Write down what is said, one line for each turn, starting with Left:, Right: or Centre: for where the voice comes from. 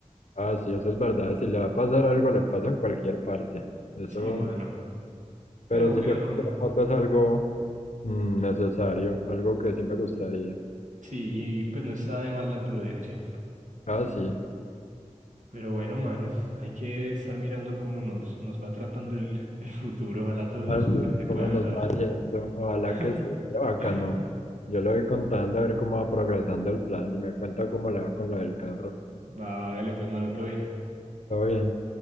Left: Ah, sí, eso es verdad. Si le va a pasar algo, le pasa en cualquier parte. Eso,
Right: Sí, mano.
Left: pero
Right: Pero
Left: sí,
Right: bueno,
Left: yo creo
Right: no.
Left: que la moto es algo mm, necesario, algo que sí me gustaría.
Right: Sí, y pues no está de más la prudencia.
Left: Ah, sí,
Right: Pero bueno, mano, hay que estar mirando cómo nos, nos va tratando el, <laughs> el futuro. Ojalá todos
Left: así,
Right: esos planes se
Left: cómo
Right: puedan
Left: nos
Right: dar.
Left: va yendo. Ojalá
Right: <laughs>
Left: que sí, qué bacano.
Right: Va,
Left: Yo le voy contando a ver cómo va progresando el plan y me cuenta cómo le va con lo del carro.
Right: va, hágale pues, mano, todo bien.
Left: Todo bien.